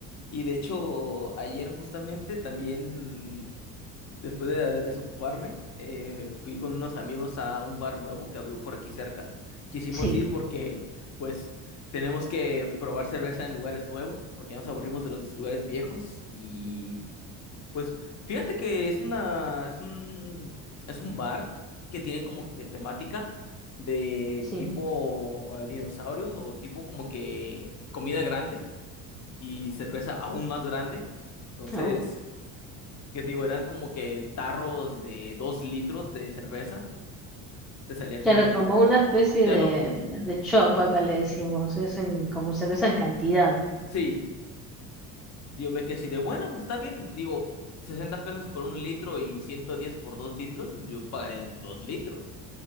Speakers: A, on the left; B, in the centre.
A: Y de hecho, ayer justamente también, después de desocuparme, eh, fui con unos amigos a un bar nuevo que abrió por aquí cerca. Quisimos
B: Sí,
A: ir porque, pues, tenemos que probar cerveza en lugares nuevos, porque ya nos aburrimos de los lugares viejos y Pues fíjate que es una, es un, es un bar que tiene como que temática de
B: sí.
A: tipo eh, dinosaurios o tipo como que comida grande y cerveza aún más grande. Entonces,
B: Au.
A: ¿qué te digo? Eran como que tarros de dos litros de cerveza. Te salía como
B: Claro, como
A: en,
B: una especie
A: ya
B: de,
A: no como,
B: de chop acá le decimos, es en- como cerveza en cantidad,
A: sí, yo me quedé así de, bueno, está bien, digo, 60 pesos por un litro y 110 por dos litros, yo pagaría el dos litros.